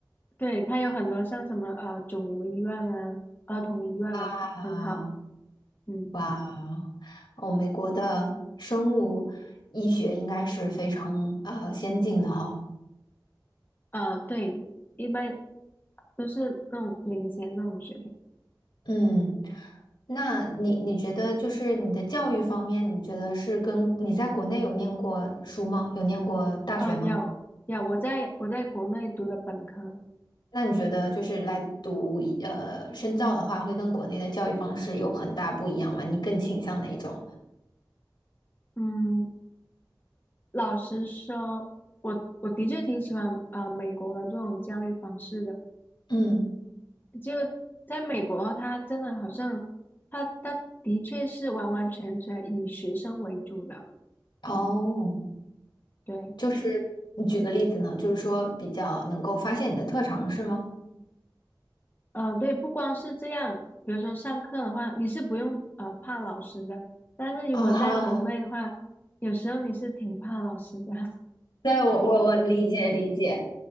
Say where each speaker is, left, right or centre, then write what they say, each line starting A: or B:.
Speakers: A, on the left (about 25°); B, on the left (about 75°).
A: 对，它有很多像什么呃肿瘤医院啊、儿童医院啊，很很好，
B: 啊？
A: 嗯，
B: 哇，哦，美国的生物医学应该是非常呃先进的哈。
A: 呃，对，一般都是那种领先那种水平。
B: 嗯，那你你觉得就是你的教育方面，你觉得是跟你在国内有念过书吗？有念过大学吗？
A: 哦，有有，我在我在国内读的本科。
B: 那你觉得就是来读一呃深造的话，会跟国内的教育方式有很大不一样吗？你更倾向哪一种？
A: 嗯，老实说，我我的确挺喜欢呃美国的这种教育方式的。
B: 嗯，
A: 就在美国，他真的好像，他他的确是完完全全以学生为主的。
B: 哦，
A: 对，
B: 就是你举个例子呢，就是说比较能够发现你的特长是吗？
A: 呃，对，不光是这样，比如说上课的话，你是不用呃怕老师的，但是如果在国内的话，
B: 啊，
A: 有时候你是挺怕老师的。<laughs>
B: 对，我我我理解理解，